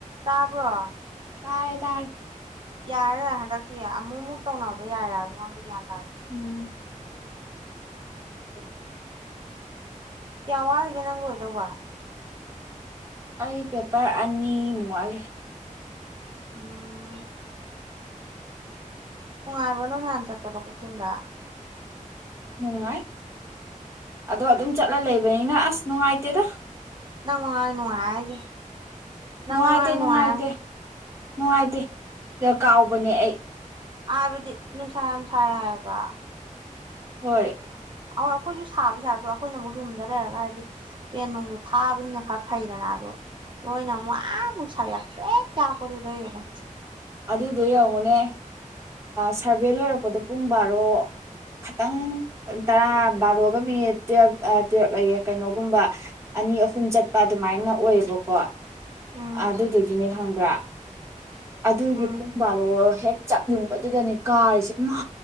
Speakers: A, on the right; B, on the right.
A: ꯇꯥꯕ꯭ꯔꯣ
B: ꯇꯥꯔ ꯇꯥꯔ
A: ꯌꯥꯔꯦ ꯍꯟꯗꯛꯇꯤ ꯑꯃꯨꯛꯃꯨꯛ ꯇꯧꯅꯕ ꯌꯥꯏꯔꯥꯁꯨꯉꯣꯟꯗ ꯭ꯌꯥꯟ
B: ꯎꯝ ꯎꯝ
A: ꯀ ꯋꯥꯜꯒ ꯅꯪ ꯑꯣꯏꯣꯏꯗꯧ ꯋꯥ
B: ꯑꯩ ꯄꯦꯄꯔ ꯑꯅꯤ ꯃꯨ ꯋꯥꯂꯤ
A: ꯑꯝ ꯎꯨꯡꯥꯏꯕ꯭ꯔꯅꯣꯟ ꯆꯠ ꯀꯗ ꯀꯆꯒ
B: ꯅꯨꯡꯉꯥꯏ ꯑꯗꯣ ꯑꯗꯨꯝ ꯆꯠꯂ ꯂꯩꯕꯅꯤꯅ ꯑꯁ ꯅꯨꯡꯉꯥꯏꯇꯦ ꯇꯦꯗ
A: ꯅꯪ ꯃꯉꯥꯏ ꯅꯨꯡꯉꯥꯏ ꯍꯥꯏꯁꯦ ꯅꯪ
B: ꯅꯨꯡꯉꯥꯏꯇꯦ
A: ꯃꯅꯨꯡꯉꯥꯏ ꯅꯨꯡꯉꯥꯏꯁꯦ
B: ꯅꯨꯡꯉꯥꯏꯇꯦ ꯅꯨꯡꯉꯥꯏꯇꯦ ꯁꯤꯗ ꯀꯥꯎꯕꯅꯦ ꯑꯩ
A: ꯑꯕꯗꯤ ꯅꯨꯡꯁꯥ ꯌꯥꯝ ꯁꯥꯏ ꯍꯥꯏꯌꯦꯕ
B: ꯍꯣꯏ
A: ꯑꯣꯏ ꯑꯩꯈꯣꯏꯁꯨ ꯁꯥꯕꯁꯦ ꯑꯗꯣ ꯑꯩꯈꯣꯏꯅ ꯑꯃꯨꯛ ꯔꯨꯝꯗ ꯂꯩꯔꯒ ꯍꯥꯏꯗꯤ ꯄꯦꯟ ꯅꯨꯡꯗꯣ ꯊꯥꯕꯅꯤꯅ ꯈꯔ ꯐꯩꯗꯅ ꯑꯗꯣ ꯅꯣꯏꯅ ꯑꯃꯨꯛ ꯋꯥ ꯑꯃꯨꯛ ꯁꯥ ꯌꯥꯛꯇ꯭ꯔꯦꯛ ꯀꯌꯥꯛꯄꯗꯨꯗꯩꯕ
B: ꯑꯗꯨꯗꯣ ꯌꯦꯡꯉꯣꯅꯦ ꯁꯥꯔꯚꯦ ꯂꯣꯏꯔꯛꯄ ꯂꯄꯗ ꯄꯨꯡ ꯕꯥꯔꯣ ꯈꯈꯤꯇꯪ ꯇꯔꯥ ꯕꯥꯔꯣꯒ ꯃꯤꯅꯤꯠ ꯇꯨꯋꯜꯕ ꯇꯨꯋꯜꯕ ꯂꯩꯌꯦ ꯀꯩꯅꯣꯒꯨꯝꯕ ꯑꯅꯤ ꯑꯍꯨꯝ ꯆꯠꯄ ꯑꯗꯨꯃꯥꯏꯅ ꯑꯣꯏꯌꯦꯕꯀꯣ
A: ꯎꯝ
B: ꯑꯗꯨꯗꯨꯒꯤꯅꯦ ꯈꯪꯕ꯭ꯔꯥ ꯑꯗꯨꯒꯤ
A: ꯎꯝ
B: ꯄꯨꯡ ꯕꯥꯔꯣ ꯍꯦꯛ ꯆꯞꯌꯨꯡꯕꯗꯨꯗꯅꯦ ꯀꯥꯔꯤꯁꯦ ꯏꯃꯥ